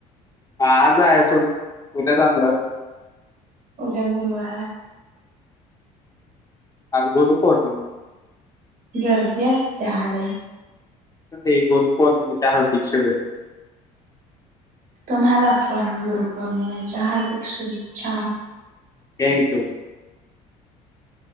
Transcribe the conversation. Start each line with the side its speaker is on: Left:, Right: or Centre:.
Left: आज जायायच, उद्या जाणार आहे.
Right: उद्या गुरवार आहे.
Left: आज गुरूपौर्णिमा.
Right: गर्दी असत्यालय.
Left: ते गुरू पौर्णिमेच्या हार्दिक शुभेच्छा.
Right: तुम्हाला पण गुरुपौर्णिमेच्या हार्दिक शुभेच्छा.
Left: थँकस.